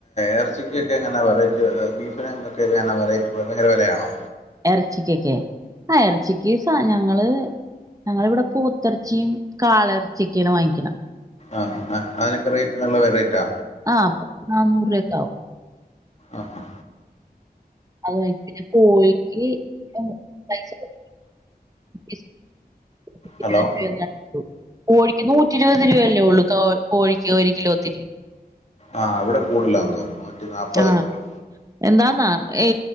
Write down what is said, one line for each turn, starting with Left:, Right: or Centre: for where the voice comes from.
Left: എറച്ചി ക്കൊക്കെ എങ്ങന വെറൈറ്റി ബീഫിന്. <unintelligible> വെറയ്റ്റി ഭയങ്കര വെലയാണോ?
Right: എറച്ചിക്കെക്കെ, ആഹം എറച്ചി. ക്ക്സ ഞങ്ങള് ഞങ്ങളിവിടെ, പോ ത്തിറച്ചി കാള എറച്ചിയൊക്കെയാണ് വാങ്ങിക്കണ.
Left: ആഹ്, ആഹ് അതിനൊക്കെ റേറ്റ് നല്ല റേറ്റാ.
Right: ആഹ് പത്ത്, നാന്നൂറൂ, രൂപ ഒക്കെ ആകും.
Left: ആഹ് ആഹ്
Right: അത് പിന്നെ കോഴിക്ക് പൈസ. <unintelligible> <unintelligible>
Left: ഹലോ
Right: കോഴിക്ക് നൂറ്റി ഇരുപത് രൂപയല്ലേ ഒള്ളൂ, കോ കോഴിക്ക് ഒരു കിലോത്തിന്.
Left: ആഹ്, അവടെ കൂടുലാനോന്നണു നൂറ്റിനാപ്പതേ
Right: ആ
Left: ഇപ്പൊള്ളു.
Right: എന്താന്നാ, ഈ